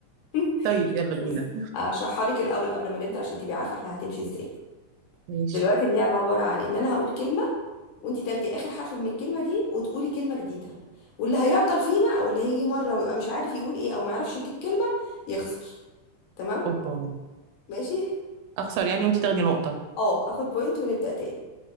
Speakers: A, on the left; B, on the right.
A: <laughs>
B: طيب يلا بينا
A: بصي اشرحها لك الاول قبل ما نبدا عشان تبقي عارفه احنا هتمشي ازاي
B: ماشي
A: دلوقتي اللعبه عباره عن ان انا هقول كلمه وانت تاخدي اخر حرف من الكلمه دي وتقولي كلمه جديده واللي هيعطل فينا او اللي هيجي مره ويبقى مش عارف يقول ايه او ما يعرفش يجيب كلمه يخسر تمام
B: اوبا
A: ماشي
B: اخسر يعني وانتي تاخدي نقطه
A: اه اخد بوينت ونبدأ تاني